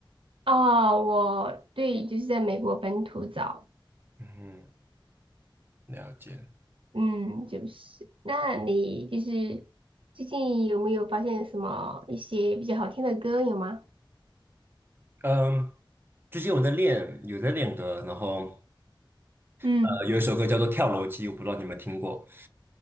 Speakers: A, on the right (about 80°); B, on the right (about 25°).
A: 哦，我对，就是在美国本土找，
B: 嗯，了解。
A: 嗯，就是，那你就是最近有没有发现什么一些比较好听的歌有吗？
B: 嗯，最近我在练，有在练歌，然后
A: 嗯，
B: 呃，有一首歌叫做《跳楼机》，我不知道你有没有听过。